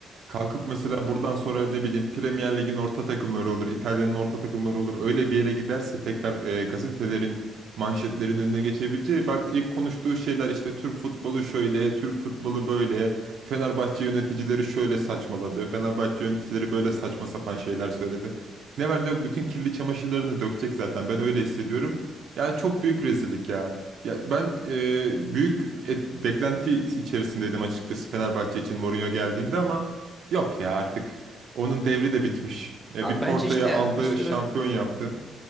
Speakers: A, on the right; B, in the centre.
A: kalkıp mesela buradan sonra ne bileyim Premier Lig'in orta takımları olur, İtalya'nın orta takımları olur. Öyle bir yere giderse tekrar e, gazetelerin manşetlerin önüne geçebileceği. Bak ilk konuştuğu şeyler işte Türk futbolu şöyle, Türk futbolu böyle. Fenerbahçe yöneticileri şöyle saçmaladı. Fenerbahçe yöneticileri böyle saçma sapan şeyler söyledi. Ne var ne yok bütün kirli çamaşırlarını dökecek zaten. Ben öyle hissediyorum. Yani çok büyük rezillik ya. Ya ben e, büyük et- beklenti içerisindeydim açıkçası Fenerbahçe için Mourinho geldiğinde ama yok ya artık onun devri de bitmiş. E,
B: Abi
A: bir Porto'yu
B: bence işte yani
A: aldı,
B: bir sürü
A: şampiyon yaptı.